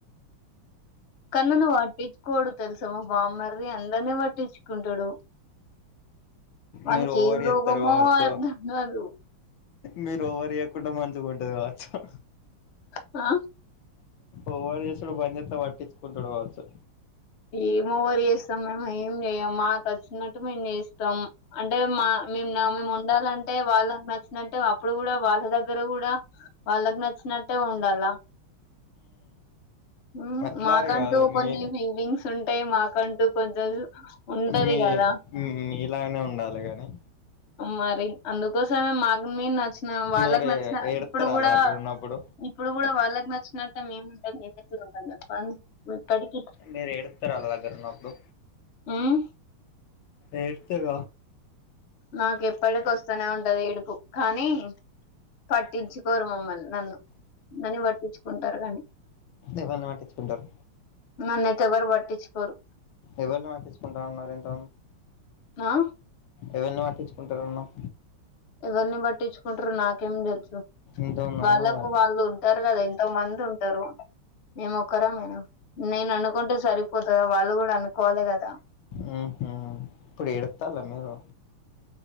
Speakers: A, on the left (about 85°); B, on the left (about 70°).
A: కన్నన వాట్ విచ్ కోడు తెలుసా మా బామ్మరిది అందరినీ పట్టించుకుంటడు వానీకి
B: మీరు ఓవర్
A: ఏం
B: చేస్తారు
A: రోగమో
B: కావచ్చు
A: అర్థం కాదు
B: మీరు ఒవర్ చేయకుండా మంచిగుంటది కావచ్చా
A: ఆ
B: ఓవర్ చేసుడు బంజేత్తే పట్టించుకుంటడు కావచ్చు
A: ఏమోవరు చేస్తాం మేము ఏం చేయం మాకచ్చినట్టు మేమ్ చేస్తాం అంటే మా మేమ్ నం ఉండాలం అంటే వాళ్ళకి నచ్చినట్టే అప్పుడు కూడా వాళ్ళ దగ్గర కూడా వాళ్ళకి నచ్చినట్టే ఉండాల ఉమ్
B: అట్లా
A: మాకంటూ
B: అని కాదు
A: కొన్ని
B: మీ
A: సుంటై మాకంటూ కొంచెం ఉంటది
B: మీ
A: కదా
B: మీలాగనే ఉండాలే గాని
A: మరి అందుకోసమే మాక్ మెం నచ్చి నం వాళ్ళకి
B: మీరు
A: నచ్చిన
B: ఏడుత్తరా
A: ఇప్పుడు కూడా
B: ఆళ్ళ దగ్గర ఉన్నప్పుడు
A: ఇప్పుడు కూడా వాళ్ళ ల్లాకి నచ్చినట్టె మేముంటే <inaudible> ఇప్పటికీ
B: మీరు ఏడుత్తార అల్లా దగ్గర ఉన్నప్పుడు
A: ఉమ్
B: ఏడ్త్తర
A: నాకు ఎప్పడికి వస్తనే ఉంటది ఏడుపు కానీ పట్టించుకోరు మమ్మల్ని నన్ను నన్ని పట్టించుకుంటారు గానీ
B: ఎవరిని పట్టించుకుంటారు
A: నన్నయితే ఎవరు పట్టించ్చుకొరు
B: ఎవల్ని పట్టించ్చుకుంటా అన్నారు ఇంత
A: ఆ
B: ఎవల్ని పట్టించుకుంటారన్నవ్
A: ఎవరిని పట్టించుకుంటరు నాకేం తెలుసు
B: ఇంతమంది
A: వాళ్ళకు
B: అన్నావ్ గా
A: వాళ్ళు ఉంటారు కదా ంతో మంది ఉంటరు మేమొక్కరమేన నేను అనుకుంటే సరిపోతదా వాళ్ళు కూడా అనుకోవాలి గదా
B: ఉహ్మ్ ఇప్పుడు ఎడ్త్తాల్లా మీరు